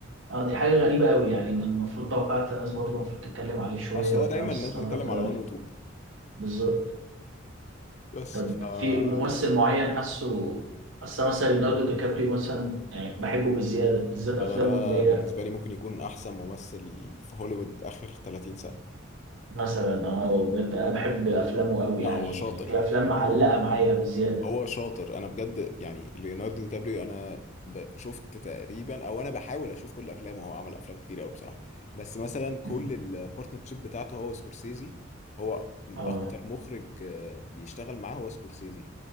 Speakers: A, on the right; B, on the left.
A: اه دي حاجة غريبة أوي يعني من المفروض توقعت الناس برضه المفروض تتكلم عليه شوية
B: اصل هو
A: وبتاع
B: دايما
A: بس
B: الناس
A: استغربت
B: بتتكلم
A: أوي
B: على وان وتو
A: بالظبط
B: بس
A: طب
B: فانا
A: في ممثل معين حاسه أصل مثلا ليوناردو دي كابريو مثلا يعني بحبه بالزيادة بالذات أفلامه
B: ده
A: اللي
B: بالنسبه
A: هي
B: لي ممكن يكون احسن ممثل في هوليوود اخر 30 سنه
A: مثلا اه بجد أنا بحب أفلامه أوي
B: لا
A: يعني
B: هو شاطر
A: يعني في أفلام معلقة معايا بزيادة
B: هو شاطر انا بجد يعني ليوناردو دي كابريو انا ب- شفت تقريبا او انا بحاول اشوف كل افلامه هو عمل افلام كتير قوي بصراحه بس مثلا كل
A: مم.
B: البارتنرشيب بتاعته هو سكورسيزي هو م-
A: اه
B: اكتر مخرج آه، بيشتغل معاه هو سكورسيزي